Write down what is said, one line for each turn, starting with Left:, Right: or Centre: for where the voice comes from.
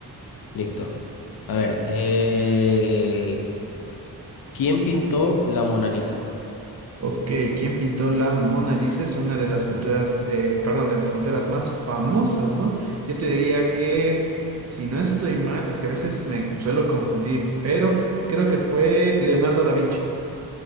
Left: Listo. A ver, eh, ¿quién pintó la Mona Lisa?
Right: Ok, ¿quién pintó la Mona Lisa? Es una de las culturas, eh, perdón, de las pinturas más famosas, ¿no? Yo te diría que, si no estoy mal, es que a veces me suelo confundir, pero creo que fue Leonardo da Vinci,